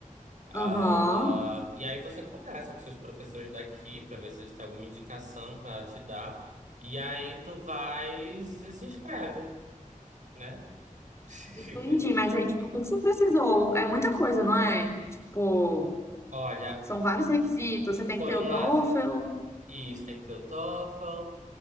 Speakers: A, on the right (about 65°); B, on the left (about 20°).
A: Ah,
B: Aham.
A: e aí você conversa com seus professores daqui para ver se eles têm alguma indicação para te dar. E aí tu vai e se inscreve, né? <laughs>
B: Entendi, mas aí, tipo, o que que você precisou? É muita coisa, não é? Tipo,
A: Olha,
B: são vários requisitos. Você tem
A: por
B: que ter
A: um
B: o
A: lado,
B: TOEFL,
A: isso tem que ter o TOEFL.